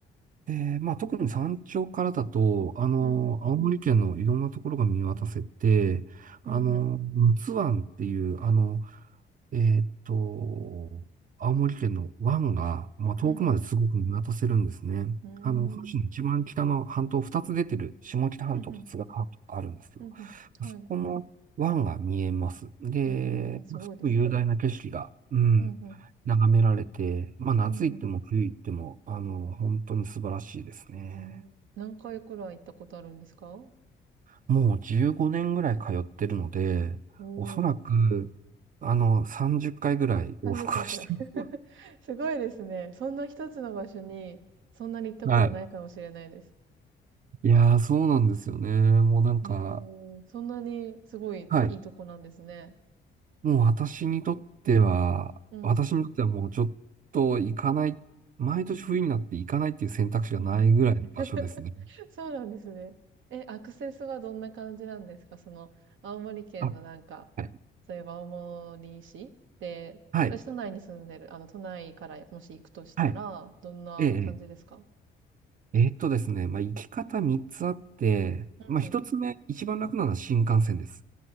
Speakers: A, on the right; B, on the right.
A: で、まあ、特に山頂からだと、あの、
B: うんうん。
A: 青森県のいろんなところが見渡せて、あの、
B: うんうん。
A: 陸奥湾っていう、あの、えーっと、青森県の湾が、まあ、遠くまですごく見渡せるんですね。
B: うんうん。
A: あの、本州の一番北の半島、
B: うーん。
A: 二つ出てる、下北半島と津軽半島があるんですけど、
B: うんうん。うんうん。はい。
A: そこの湾が見えます。で、
B: へえ、すごいですね。
A: すごく雄大な景色が、うん、
B: うんうん。
A: 眺められて、まあ夏行っても冬行っても、
B: うんうん。
A: あの、本当に素晴らしいですね。
B: うん何回くらい行ったことあるんですか
A: もう15年ぐらい通ってるので、
B: おお、
A: おそらく、あの、30回ぐらい往復はしてる。
B: 30回くらい。<laughs> すごいですね。そんな一つの場所に、そんなに行ったことないかもしれないです。
A: <laughs> はい。いやー、そうなんですよね。もうなんか、
B: へえ、そんなにすごいいいとこなんですね。
A: はい。もう私にとっては、
B: うん、
A: 私にとってはもうちょっと行かない、毎年冬になって行かないっていう選択肢がないぐらいの場所ですね。
B: うんうん <laughs>。そうなんですね。え、アクセスはどんな感じなんですかその、青森県のなんか、
A: あ、はい。
B: そういえば青森市で、
A: はい。
B: 私都内に住んでる、あの、都内からもし行くとしたら、
A: はい。
B: どんな感じですか
A: ええ。えええーっとですね、まあ、行き方3つあって、
B: うん。
A: まあ、1つ目、一番楽なのは新幹線です。